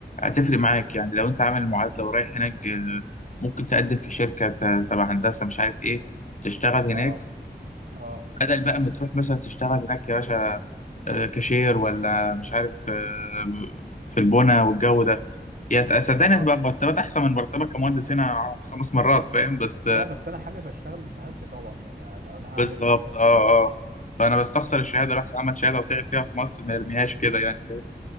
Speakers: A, on the left (about 45°); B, on the right (about 55°).
A: هتفرق معاك يعني لو أنت عامل معادلة ورايح هناك آه، ممكن تقدم في شركة ت- تبع هندسة مش عارف إيه تشتغل هناك
B: اه اه
A: بدل بقى ما تروح مثلا تشتغل هناك يا باشا آه، كاشير ولا مش عارف آه، في البنا والجو ده يعني صدقني
B: اه
A: هتبقى مرتبات أحسن من مرتبك كمهندس هنا خمس مرات فاهم بس
B: لا بس انا حابب اشتغل بشهادتي طبعا يعني لو انا هعمل
A: بالظبط اه اه فانا بستخسر
B: يعني
A: الشهاده الواحد عمل شهاده وتعب فيها في مصر ما يرميهاش كده يعني فاهم